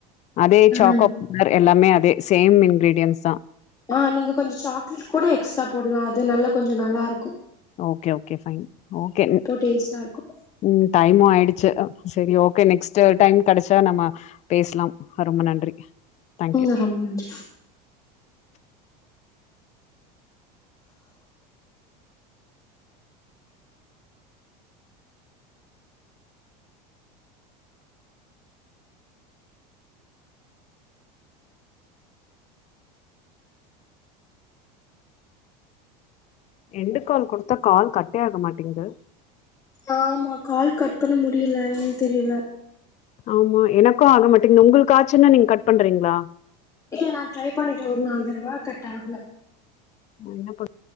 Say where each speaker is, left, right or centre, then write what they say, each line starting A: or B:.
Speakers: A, on the left (about 35°); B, on the left (about 15°).
A: அதே சாக்கோ
B: ஆ
A: பார் எல்லாமே அதே சேம் இன்கிரீ டியன்ஸ்தா
B: ஆ நீங்க கொஞ்சம் சாக்லேட் கூட எக்ஸ்ட்ரா போடலாம் அது நல்லா கொஞ்சம் நல்லா இருக்கும்
A: ஓகே ஓகே ஃபைன் ஓகே
B: டேஸ்ட்டா இருக்கு
A: ம் டைமும் ஆயிடுச்சு சரி ஓகே நெக்ஸ்ட் டைம் கெடச்சா நம்ம பேசலாம் ரொம்ப நன்றி தேங்க்யூ
B: உம் ரொம்ப நன்றி
A: எண்டுகால் கொடுத்தா கால் கட்டே ஆக மாட்டிங்குது
B: ஆமா கால் கட் பண்ண முடியல என்னான்னு தெரில
A: ஆமா எனக்கும் ஆக மாட்டேங்குது உங்களுக்கு ஆச்சின்ன நீங்க கட் பண்றீங்களா
B: இல்ல நான் ட்ரை பண்ணிட்டேன் ஒரு நாலு தடவை கட் ஆகல
A: ஆ என்ன பண்